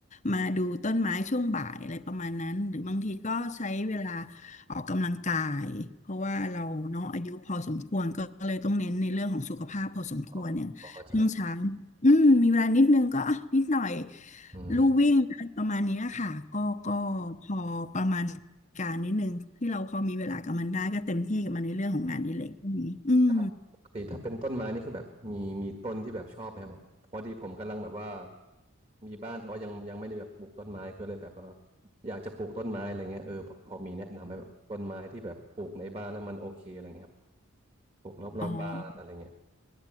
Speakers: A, on the left; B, on the right.
A: มาดูต้นไม้ช่วงบ่ายอะไรประมาณนั้นหรือบางทีก็ใช้เวลา ออกกำลังกายเพราะว่าเราเนาะอายุพอสมควรก็เลยต้องเน้นในเรื่องของสุขภาพพอสมควรเนี่ยช่วงเช้า
B: อ๋อเข้าใจครับ
A: อืมมีเวลานิดนึงก็อ่ะนิดหน่อย
B: อืม
A: ลู่วิ่งอะไรประมาณเนี้ยค่ะก็ก็พอประมาณการนิดนึงที่เราพอมีเวลากับมันได้ก็เต็มที่กับมันในเรื่องของงานอดิเรกพวกนี้อืม
B: แล้วปกติถ้าเป็นต้นไม้นี่คือแบบมีมีต้นที่แบบชอบไหมครับแบบพอดีผมกำลังแบบว่ามีบ้านแต่ว่ายังยังไม่ได้แบบปลูกต้นไม้ก็เลยแบบว่าอยากจะปลูกต้นไม้อะไรเงี้ยเออแบบพอมีแนะนำไหมแบบต้นไม้ที่แบบปลูกในบ้านแล้วมันโอเคอะไรเงี้ยครับปลูกรอบรอบบ้านอะไรเงี้ย
A: อ๋อ